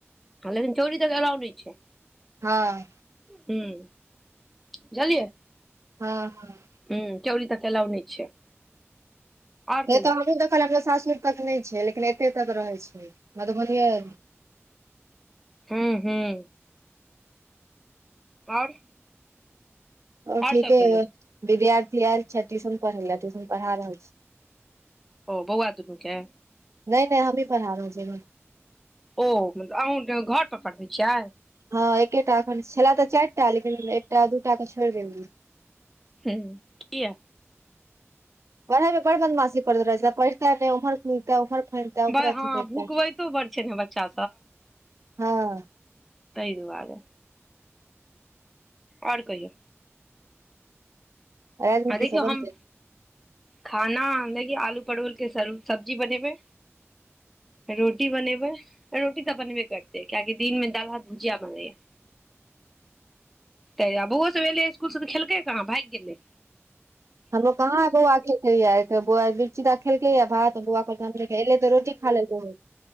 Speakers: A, in the centre; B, on the right.
A: हँ लेकिन चोरी तऽ एलाउ नहि छै।
B: हँ।
A: हु बुझलियै।
B: हँ-हँ।
A: हु चौरी तऽ एलाव नहि छै। आओर
B: नहि
A: कहियौ
B: तऽ हमहूँ देखलिय हमरा सासुर तक नहि छै लेकिन एते तक रहै छै मधुबनीए।
A: हूँ -हूँ। आओर।
B: आओर ठीके
A: सब कहियौ
B: अय विद्यार्थी आयल छथि ट्यूशन पढै लए ट्यूशन पढ़ा रहल छी
A: ओ बौआ दूनू के
B: नय नय हमहीं पढा रहल छियै एखन
A: ओ मतलब अहूँ घर पर पढ़बै छियै
B: हँ एकेटा एखन छलै तऽ चारिटा लेकिन एकटा दूटा तऽ छोड़ि देलियै।
A: हूंम्म किये।
B: कहलौं तऽ बर बदमासी करैत रहै छै पढिते तऽ हम उर फता ओर फैलता
A: ब
B: ओर अथी
A: हँ
B: कैरता
A: भुकबैतो बड़ छै ने बच्चा
B: हँ
A: तहि दुवारे आओर कहियौ
B: राति मे
A: आ
B: की
A: देखियौ
B: सब बनतै
A: हम खाना ली आलू परबल के सब्जी बनेबै रोटी बनेबै रोटी तऽ बनबे करतेै कियाकि दिनमे दालि भात भुजिया बनलैये तऽ आब बौओ सब एलै इसकुलसँ तऽ खेलकै कहाँ भागि गेलै
B: हमरो कहाँ बौआ खेल बौआ मिरर्ची खेलकै या भात बौआले तऽ रोटी खा लेलकै हन